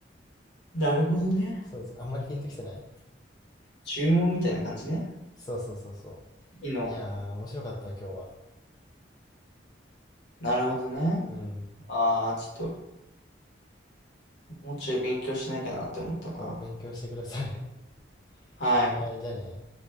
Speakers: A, on the left; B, on the left.
A: う。なるほどね。
B: そうそう、あんまりピンときてない
A: 注文みたいな感じね。
B: そうそうそうそ
A: いいの。
B: う。いやー、面白かった、今日は。
A: なるほどね。
B: うん。
A: ああ、ちょっと、もうちょい勉強しなきゃなって思ったな。
B: ちょっと勉強してください。<laughs>
A: はい。
B: はい、じゃあね。